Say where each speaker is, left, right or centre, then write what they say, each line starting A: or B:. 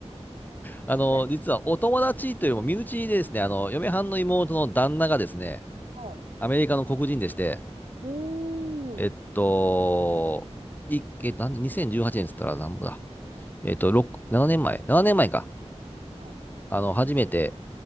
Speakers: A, on the left; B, on the right.
A: あの、
B: みたい
A: 実はお友達というよりも身内でですね、あの、嫁はんの妹の旦那がですね、
B: はい。
A: アメリカの黒人でして、
B: おー。
A: えっと、い、え、なんで、2018年っつったらなんぼだ。えっと、6、7年前、7年前か。
B: は
A: あの、初めて、